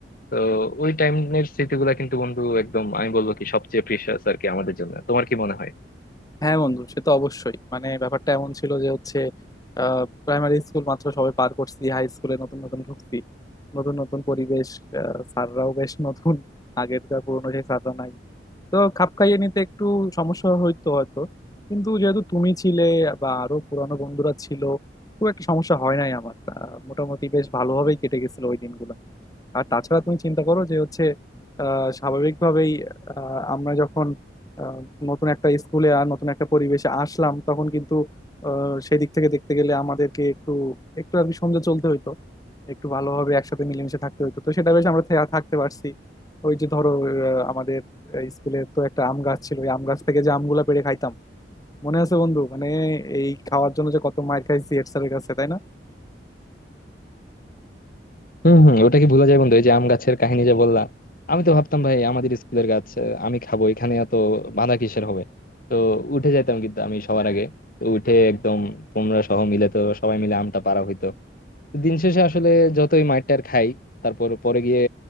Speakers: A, on the left (about 50°); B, on the left (about 20°).
A: তো ওই টাইমের স্মৃতিগুলো কিন্তু বন্ধু একদম আমি বলবো কি সবচেয়ে প্রিশিয়াস আর কি আমাদের জন্য তোমার কি মনে হয়
B: হ্যাঁ বন্ধু সে তো অবশ্যই মানে ব্যাপারটা এমন ছিল যে হচ্ছে প্রাইমারি স্কুল মাত্র সবে পার করছি হাই স্কুলে নতুন নতুন ঢুকছি নতুন নতুন পরিবেশ আহ, স্যাররাও বেশ নতুন আগেরকার পুরোনো সেই স্যাররা নাই তো খাপ খাইয়ে নিতে একটু সমস্যা হইতো হয়তো কিন্তু যেহেতু তুমি ছিলে বা আরো পুরানো বন্ধুরা ছিল খুব একটা সমস্যা হয় নাই আমার আহ, মোটামুটি বেশ ভালোভাবেই কেটে গেছিল ওই দিনগুলো আর তাছাড়া তুমি চিন্তা করো যে হচ্ছে আহ, স্বাভাবিকভাবেই আহ, আমরা যখন আহ, নতুন একটা স্কুলে আর নতুন একটা পরিবেশে আসলাম তখন কিন্তু আহ, সেই দিক থেকে দেখতে গেলে আমাদেরকে একটু একটু আর কি সমঝে চলতে হইতো একটু ভালোভাবে একসাথে মিলেমিশে থাকতে হইতো তো সেটা বেশ আমরা থে- থাকতে পারছি ওই যে ধরো আহ, আমাদের স্কুলে তো একটা আম গাছ ছিল ওই আম গাছ থেকে যে আমগুলা পেড়ে খাইতাম মনে আছে বন্ধু মানে এই খাওয়ার জন্য যে কত মার খাইছি হেড স্যারের কাছে তাই না
A: হম হম ওটা কি ভুলা যায় বন্ধু এই যে আম গাছের কাহিনী যে বললা আমি তো ভাবতাম ভাই আমাদের স্কুলের গাছ আহ, আমি খাবো এখানে এত বাধা কিসের হবে তো উঠে যাইতাম কিন্তু আমি সবার আগে তো উঠে একদম তোমরা সহ মিলে তো সবাই মিলে আমটা পাড়া হইতো দিন শেষে আসলে যতই মাইর টার খাই তারপর পরে গিয়ে